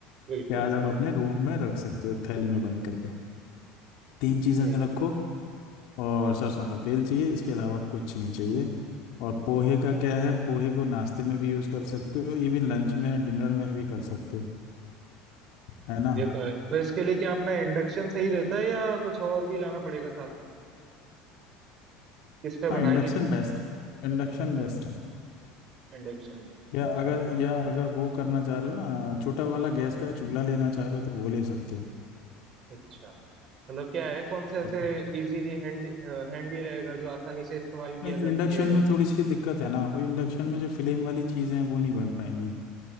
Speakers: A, on the right (about 45°); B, on the left (about 65°).
A: बिल्कुल
B: प्याज आप अपने रूम में रख सकते हो थैली में बंद करके तीन चीजें
A: ये
B: रखो और सरसों का तेल चाहिए इसके अलावा कुछ नहीं चाहिए और पोहे का क्या है पोहे को नाश्ते में भी यूज कर सकते हो इवन लंच में डिनर में भी कर सकते हो है ना
A: ये तो है तो इसके लिए क्या अपना इंडक्शन सही रहता है या कुछ और भी लाना पड़ेगा साथ में किस पे बनाएंगे
B: हाँ इंडक्शन बेस्ट इंडक्शन बेस्ट
A: इंडक्शन
B: या
A: चलो
B: अगर या अगर वो करना चाह रहे हो ना छोटा वाला गैस का चूल्हा लेना चाह रहे हो तो वो ले सकते हो
A: अच्छा मतलब क्या है कौन सा ऐसे
B: ओके।
A: इजीली हैंडी हैंडी रहेगा जो आसानी से इस्तेमाल किया
B: नहीं
A: जा
B: इंडक्शन
A: सके और
B: में थोड़ी
A: कुछ
B: सी दिक्कत है ना वो इंडक्शन में जो फ्लेम वाली चीजें हैं वो नहीं बन पाएंगी